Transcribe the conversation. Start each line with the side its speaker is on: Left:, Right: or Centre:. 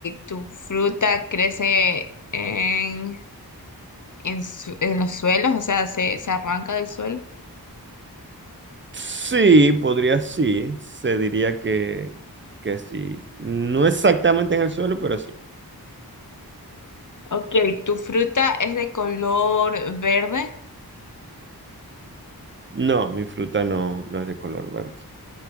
Left: ¿tu fruta crece en, en, su- en los suelos? O sea, ¿se, se arranca del suelo?
Right: Sí, podría sí. Se diría que, que sí. No exactamente en el suelo, pero sí.
Left: Ok, ¿tu fruta es de color verde?
Right: No, mi fruta no, no es de color verde.